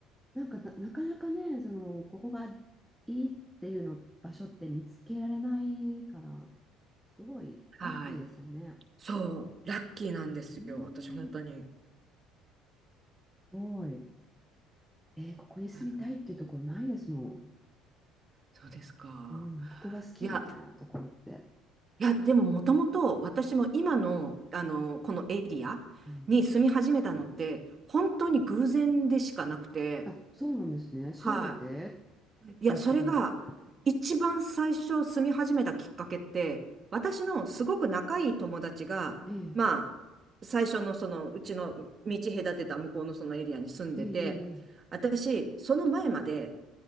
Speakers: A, in the centre; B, on the right (about 35°).
A: なんかな、なかなかね、その、ここがいいっていうの場所って見つけられないから、すごいラッキーですよね。
B: はい。そう、ラッキーなんですよ、
A: うん、
B: 私、
A: す
B: 本当に。
A: ごい。えー、ここに住みたいっていうところないですも
B: うんそうですか。
A: ん。うん、ここが好きみたいなところって。
B: いや、いや、でももともと私も今の、あの、このエリアに住み始めたのって、
A: うん、
B: 本当に偶然でしかなくて、
A: あ、そうなんですね。調べて
B: はい。いや、
A: 見つけたんですか。
B: それが一番最初住み始めたきっかけって、私のすごく仲いい友達が、
A: ええ
B: まあ、最初のそのうちの道隔てた向こうのそのエリアに住んでて、
A: ええええええ
B: 私、その前まで、